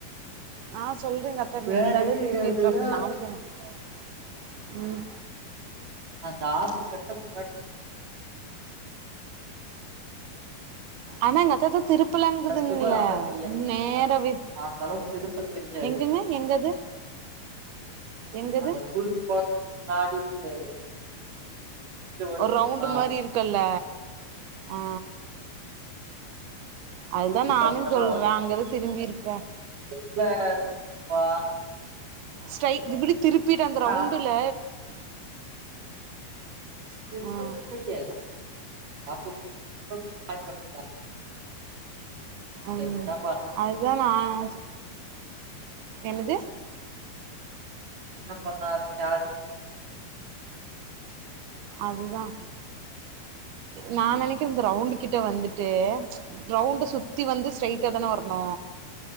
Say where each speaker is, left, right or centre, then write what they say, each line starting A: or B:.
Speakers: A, on the right (about 85°); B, on the right (about 60°).
A: ஆ சொல்றங்க த
B: வேற
A: நீதான
B: எங்கேயும்
A: திருப்பி
B: இருக்கிறது
A: தப்பு
B: இல்ல.
A: <unintelligible> ம்
B: அந்த ஆசு கட்ட முனாடி
A: ஆனாங்கத்தத்த திருப்பலாங்குதுங்கள
B: திரும்புறவங்க தெரியாது
A: நேரவே
B: அந்த அளவுக்கு திரும்ப தெரியாது
A: எங்கங்க எங்கது எங்கது
B: அந்த குறிச்சு குளதுக்கு முன்னாடி ஒரு பெண்டு வருதுமா
A: ஒரு ரவுண்டு் மாரி இருக்குல்ல ஆ அதுதா
B: குறிச்சி
A: நானு
B: குளத்துக்கிட்ட
A: சொல்றே அங்கதா திரும்பி இருப்பே
B: இல்ல பா
A: ஸ்டைக் இதுப்படி திருப்பிட்டு அந்த ரவுண்டுல
B: நான் திருப்பத்ததுக்கே
A: ம்
B: <unintelligible>
A: ம்
B: என்ன பண்ணா
A: அதுதா நா ஸ் என்னது
B: என்ன பண்ணாரு <unintelligible>
A: அதுதா நா நனைக்கிறது இந்த ரவுண்டு கிட்ட வந்துட்டு ரவுண்டு சுத்தி வந்து ஸ்ட்ரைட்டா தான வரணு